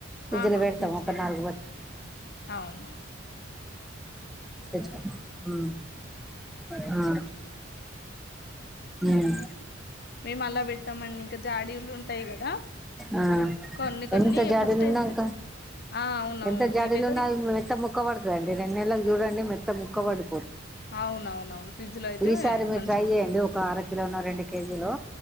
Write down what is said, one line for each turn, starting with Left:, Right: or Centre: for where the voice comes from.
Centre: ఇజ్జులో
Left: ఆహా
Centre: పెడతం
Left: ఫ్రిడ్జ్
Centre: ఒక
Left: లో
Centre: నాలుగు
Left: పెడతాం
Centre: బత్
Left: అవునా
Centre: ఫ్రిజ్ లొ మ్ ఆ హ్మ్
Left: మేము అలా పెట్టామండి ఇంకా జాడీలు ఉంటాయి కదా
Centre: ఆ
Left: కొన్ని కొన్ని
Centre: ఎంత జాడీలున్నాకా
Left: ఫస్ట్ ఎంతచ్చ ఆ అవునవును
Centre: ఎంత జాడీలు
Left: ఈ వెదర్కి
Centre: ఉన్నా మెత్త ముక్క పడతాది అండి రెండు నెలకి చూడండి మెత్త ముక్క ఒకవడు
Left: అవునవునవును ఫ్రిడ్జ్ లో అయితే
Centre: ఈసారి మీరు
Left: మంచిగా
Centre: ట్రై
Left: ఉంటాయి
Centre: చేయండి ఒక అర కిలో న రెండు కిలో కేజీలో లో